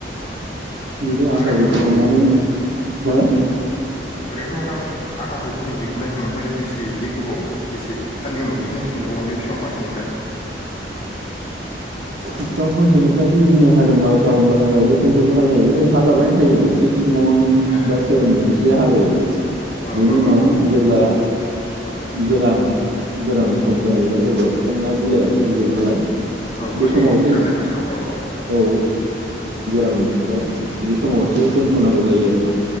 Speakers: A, on the left (about 40°); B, on the right (about 85°).
A: उम
B: बिदि आथाखौ
A: ओरैनोथ'
B: दिहुननानै
A: औ
B: हो
A: ओरैनोथ' नोंथां आथाखौ दिनै दिहुनबाय हो ओमफाय बेसेनि गोबाव बेसे साननि उनाव दिहुनफिन जागोन बे बिफां फांसेनिफ्राय
B: बिफां फांसेनिफ्राय नों दिनै हादोंबा गाबोनबो हा जायो समफोरबो हा जायो हा जाबायना थायो सिक्स मन्थ
A: ए
B: बा सेभेन मन्थ सोया हाजायो
A: औ
B: बेनि
A: औ
B: उनाव
A: औ
B: जेब्ला
A: औ
B: गोदान गोरान सम जाहैबाय अब्ला बिफांना बिलाइआ सिरिजोबो नालाय
A: औ
B: बे
A: बै
B: समाव एसे
A: राननाय बोथोराव औ औ
B: औ
A: उम
B: गोरान बोथोराव बे समावसो
A: उम उम
B: दोनथ'नांगौ जायो आरोना